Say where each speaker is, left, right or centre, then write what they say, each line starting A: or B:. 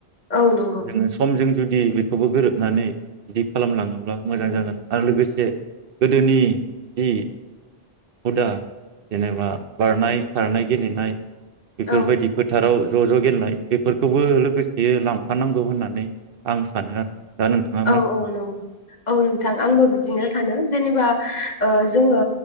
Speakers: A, on the left; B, on the right.
A: औ नंगौ
B: जोङो समजों जुदि बेखौबो गोरोबनानै बिदि खालामलाङोब्ला मोजां जागोन आरो लोगोसे गोदोनि जि हुदा जेनेबा बारनाय, खारनाय, गेलेनाय बेफोरबायदि
A: औ
B: फोथाराव ज' ज' गेलनाय बेफोरखौबो लोगोसे लांफानांगौ होननानै आं सानो आरो। दा नोंथाङा
A: औ
B: मा सानो?
A: औ नंगौ औ नोंथां आंबो बिदिनो स सानो जेनेबा ओ जोङो